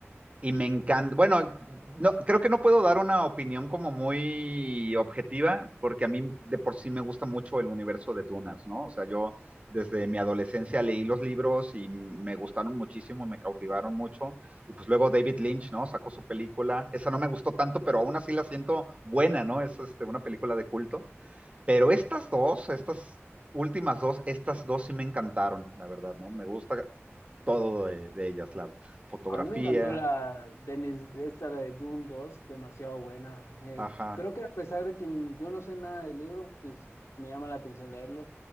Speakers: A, on the right; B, on the left.
A: Y me encanta, bueno, no, creo que no puedo dar una opinión como muy objetiva, porque a mí de por sí me gusta mucho el universo de Tunas, ¿no? O sea, yo desde mi adolescencia leí los libros y me gustaron muchísimo, me cautivaron mucho. Y pues luego David Lynch, ¿no? Sacó su película. Esa no me gustó tanto, pero aún así la siento buena, ¿no? Es este, una película de culto. Pero estas dos, estas últimas dos, estas dos sí me encantaron, la verdad, ¿no? Me gusta todo de, de ellas, la fotografía,
B: A mí me encantó la Dennis, esta la de Dune 2, demasiado buena. Eh,
A: ajá,
B: creo que a pesar de que n- yo no sé nada del libro, que es- me llama la atención leerlo,